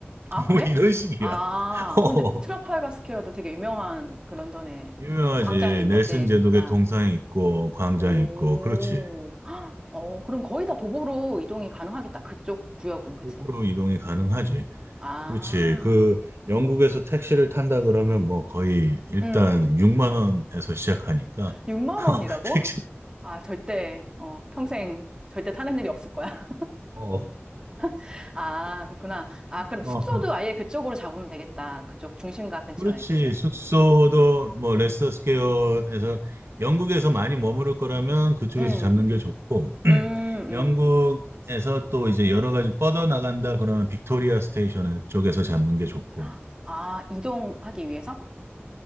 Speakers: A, on the right; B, on the right.
A: 아,
B: <laughs>
A: 그래?
B: 뭐 이런 식이야.
A: 아,
B: <laughs> 어,
A: 어, 근데 트라팔가 스퀘어도 되게 유명한 그 런던의
B: 유명하지.
A: 그 광장인
B: 넬슨
A: 거지. 그러니까,
B: 제독의 동상 있고 광장
A: 오,
B: 있고 그렇지.
A: 어, 그럼 거의 다 도보로 이동이 가능하겠다. 그쪽 구역은, 그지?
B: 북으로 이동이 가능하지.
A: 아,
B: 그렇지. 그 영국에서 택시를 탄다 그러면 뭐 거의 일단
A: 음.
B: 6만 원에서 시작하니까
A: 6만
B: <laughs>
A: 원이라고?
B: 택시
A: 아, 절대, 어, 평생 절대 타는 일이 없을 거야.
B: 어,
A: <laughs> 아, 그렇구나. 아, 그럼
B: 어.
A: 숙소도
B: 어.
A: 아예 그쪽으로 잡으면 되겠다. 그쪽 중심가 근처에,
B: 그렇지.
A: 그치?
B: 숙소도 뭐 레스터 스퀘어에서 영국에서 많이 머무를 거라면 그쪽에서
A: 음,
B: 잡는 게 좋고 <clears throat>
A: 음, 음.
B: 영국에서 또 이제 여러 가지 뻗어 나간다 그러면 빅토리아 스테이션 쪽에서 잡는 게 좋고
A: <gasps> 아, 이동하기 위해서?